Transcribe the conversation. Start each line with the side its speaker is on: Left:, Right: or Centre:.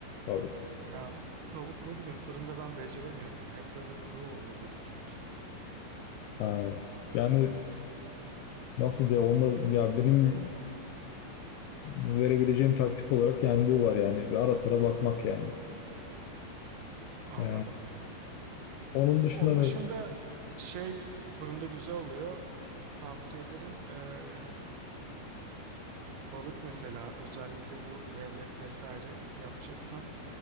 Left: Pardon.
Right: ya tavuk ne bileyim fırında ben beceremiyorum ya. Hep böyle kuru oluyor benimkiler.
Left: Ha. Yani Nasıl diye onda ya benim verebileceğim taktik olarak yani bu var yani. Bir ara sıra bakmak yani.
Right: Anladım.
Left: Ee, onun dışında
Right: Onun
Left: mı-
Right: dışında şey fırında güzel oluyor. Tavsiye ederim. Ee, balık mesela özellikle bu levrek vesaire yapacaksan